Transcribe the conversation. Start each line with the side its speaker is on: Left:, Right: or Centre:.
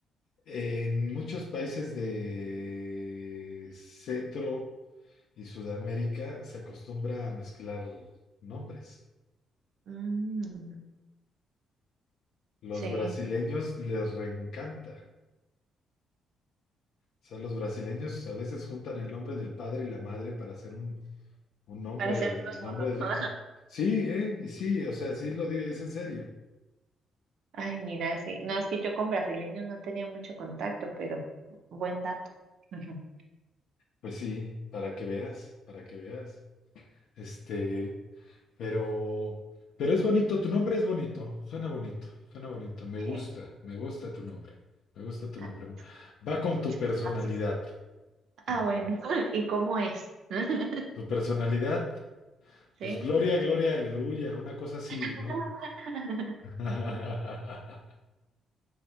Left: En muchos países de Centro y Sudamérica se acostumbra a mezclar nombres.
Right: Mm,
Left: Los
Right: sí,
Left: brasileños les reencanta. O sea, los brasileños a veces juntan el nombre del padre y la madre para hacer un, un nombre,
Right: para ser uno
Left: el
Right: solo.
Left: nombre del
Right: <laughs>
Left: hijo. Sí, ¿eh? Y sí, o sea, sí lo digo, es en serio.
Right: Ay, mira, sí. No, es que yo con brasileños no tenía mucho contacto, pero buen dato. Ujú.
Left: Pues sí, para que veas, para que veas. Este, Pero, pero es bonito, tu nombre es bonito, suena bonito, suena bonito, me
Right: Sí.
Left: gusta, me gusta tu nombre, me gusta tu
Right: A
Left: nombre.
Right: ver,
Left: Va con
Right: muchas
Left: tu personalidad.
Right: gracias.
Left: En
Right: Ah, bueno. <laughs> ¿Y cómo es? <laughs>
Left: tu personalidad,
Right: Sí.
Left: pues gloria, gloria, aleluya, una cosa así,
Right: <laughs>
Left: ¿no? <laughs>